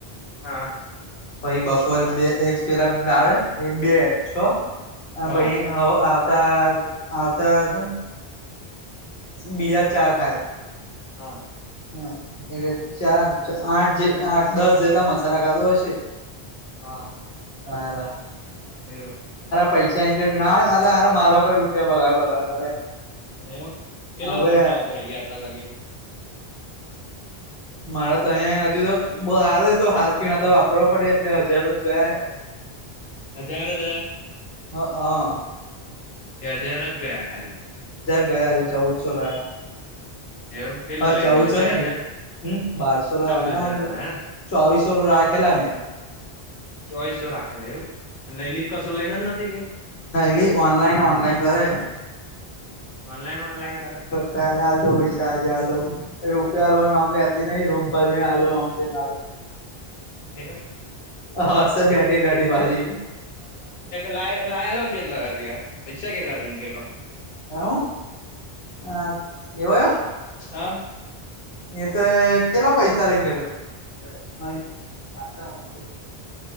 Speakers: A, on the left; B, on the left.
A: હા.
B: પછ બપોરે બે એક પેલા આવે એ બે છ. હ
A: હા
B: ભહી હ. આવતા બીજા ચાર ખાય.
A: હા.
B: હા એટલે ચાર આઠ જે દસ જેટલા મસાલા ખાધો હશે.
A: હા.
B: સાર.
A: એવ.
B: પૈસા એન્જ ના અ અરા મારા પણ રૂપિયા બગાડ બગાડ કરે.
A: એવ કેટલા
B: હવે
A: પૈસા વાપરા ગયા ત લાગે.
B: મારે તો અહીંયા હજુ તો બ હારું તો હાર ચ ના તો વાપરવા પડે એટલે હજાર જ ગયા હ.
A: હજાર હતા.
B: હા હા.
A: કે હજાર જ ગયા ખાલી.
B: ગયાજ ચૌદસો રહ્યા
A: એવું કેટલા
B: હા
A: લઈ
B: ચઉ
A: ગયેલા
B: છો
A: ત્રણ
B: નઈ
A: હજાર
B: હમ બારસો
A: ચૌદ
B: ના
A: હજાર
B: હ
A: રહ્યા
B: ચોવીસ સો રાખલા ને
A: ચોઈસ રાખે લ એ ન લ કશું લઈને જ નથી કે.
B: નઈ લ અનલાઈન અનલાઈન કરે
A: ઓનલાઈન ઓનલાઈન કરે
B: કાલા આ દો પાઈ તાજ હ દો ર મ લેતી નહી રૂમ પર જે આલુમને આલુ
A: હેવું
B: હા સ બેઠી બેઠી બાજી
A: લ લયાલો કેટલા પૈછા કેટલા લ કે
B: હમ હ કેવો આવયો
A: હા
B: એ તો કેલા પાઈ રેંગાય તો તો ખતા પસા ખ